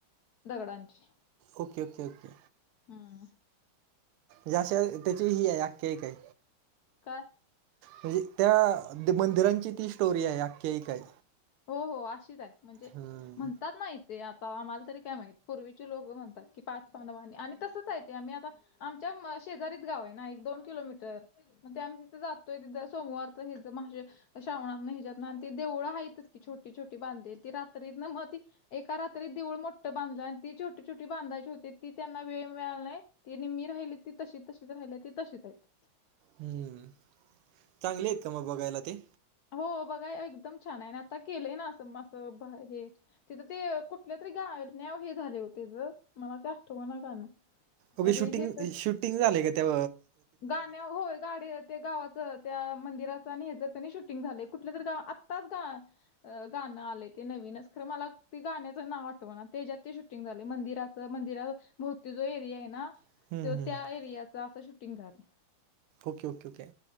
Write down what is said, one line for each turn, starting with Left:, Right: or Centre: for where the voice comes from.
Left: दगडांची.
Right: Okay okay okay.
Left: हा.
Right: जेशा त्याची ही आहे केक आहे.
Left: का?
Right: म्हणजे त्या मंदिरांची ती स्टोरी आहे आख्ख्या ह काही
Left: हो हो अशीच आहे म्हणजे
Right: हम्म
Left: म्हणतात नाहीत. ते आता आम्हाला तरी काय माहित पूर्वीचे लोक म्हणतात की पाच पानवानी आणि तसंच आहे ते आम्ही आता आमच्या शेजारीत गाव आहे ना एक दोन किलोमीटर मग ते आम्ही तिथे जातोय ति सोमवारचि माझे श्राणात नाही हिजात नाही आणि ते देळं आहेतच. की छोटी छोटी बांधेल ती रात्री ना मग ती एका रात्री देवऊळ मोठं बांधलं आणि ती छोटी छोटी बांधायची होती ती त्यांना वेळ मिळाला नाही. तने मी राहिली ती तशीच तशीच राहिली ती तशीच आहेत.
Right: हम्म चांगले आहेत का मग बघायला ते
Left: हो बघा एकदम छान आहे आणि आता केलंय ना असं मं हे. तिथं ते कुठल्या तरी गाय नव हे झाले होतेच मला ते आठव ना गाणं.
Right: ओगे
Left: अरे
Right: शूटिंग
Left: हे तर
Right: शूटिंग झालेय का तेव
Left: गाण्या होय. गाडी ते गावाचं त्या मंदिराच आणि ह ज त्यांनी शूटिंग झालं कुठले तरी गाव आत्ताच ग. अ गाणं आले ते नवीनच खरं मला ते गाण्याच ना आटवं ना त्याच्यात तेट मंदिर मंदिर भोवती तो एरी आहे ना.
Right: हम्म
Left: त
Right: हम्म
Left: त्या एरियाचा असं शूटिंग झालं.
Right: Okay okay okay.